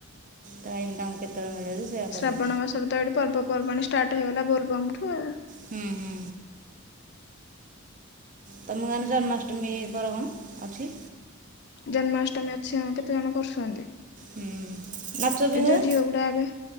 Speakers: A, on the right (about 35°); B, on the left (about 50°).
A: ଟାଇମ୍ ତାଙ୍କୁ କେତେବେଳେ ମିଳିବ ଯେ? ସେୟା
B: ଶ୍ରାବଣ
A: କରିବେ
B: ମାସରେ ତ ଏଇଠି ପର୍ବପର୍ବାଣି ଷ୍ଟାର୍ଟ ହେଇଗଲା ବୋଲବମ ଠୁ ଆଉ।
A: ହୁଁ, ହୁଁ। ତମ ଗାଁରେ ଜନ୍ମାଷ୍ଟମୀ କର କଣ ଅଛି?
B: ଜନ୍ମାଷ୍ଟମୀ ଅଛି ହଁ କେତେ ଜଣ କରୁଛନ୍ତି।
A: ହୁଁ। ନାଚ ବି
B: ଏ
A: ହୁଏ
B: ଯଉ ଝିଅ ଗୁଡ଼ା ଏବେ